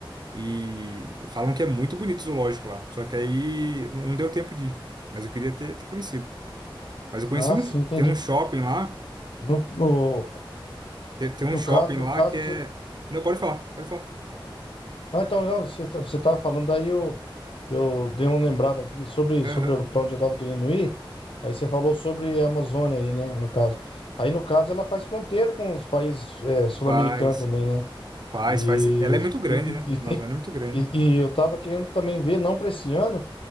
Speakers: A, on the right; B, on the left.
A: E falam que é muito bonito o zoológico lá. Só que aí não deu tempo de ir. Mas eu queria ter, ter conhecido. Mas eu conheci
B: Ah,
A: um.
B: sim,
A: sh-
B: entendi.
A: Tem um shopping lá.
B: No, no,
A: Tem, tem um
B: no
A: shopping
B: caso, no
A: lá
B: caso
A: que é.
B: que você
A: Não, pode falar, pode falar.
B: Não, então, não, você tá- você tava falando, aí eu, eu dei uma lembrada aqui sobre,
A: Aham.
B: sobre para onde eu tava querendo ir. Aí você falou sobre a Amazônia aí, né, no caso. Aí, no caso, ela faz fronteira com os países eh, sul-americanos
A: Faz,
B: também, né?
A: faz,
B: E,
A: faz. Ela é muito grande,
B: e,
A: né?
B: e
A: A
B: tem,
A: Amazônia é muito grande.
B: e, e eu tava querendo também ver, não para esse ano,